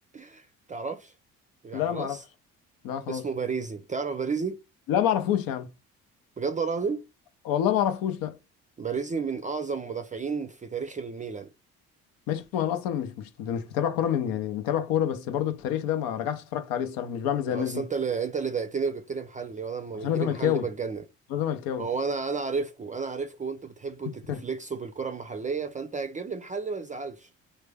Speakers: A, on the right (about 20°); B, on the left (about 75°).
A: <laughs> تعرفش يعني
B: لا
A: خلاص
B: ما اعرفش لا خلاص
A: اسمه باريزي تعرف باريزي
B: لا ما اعرفوش يا عم
A: بجد والله العظيم
B: والله ما اعرفوش لا
A: باريزي من اعظم مدافعين في تاريخ الميلان
B: ماشي ما انا اصلا مش مش مش متابع كوره من يعني متابع كوره بس برضو التاريخ ده ما رجعتش اتفرجت عليه الصراحه مش بعمل زي
A: اصلا
B: الناس دي
A: انت اللي انت اللي ضايقتني وجبت لي محلي وانا لما
B: عشان
A: بيجي
B: انا زملكاوي
A: لي محلي بتجنن
B: انا زملكاوي
A: ما هو انا انا عارفكو انا عارفكو وانتوا بتحبوا تتفلكسوا
B: <laughs>
A: بالكرة المحلية فانت هتجيب لي محلي ما تزعلش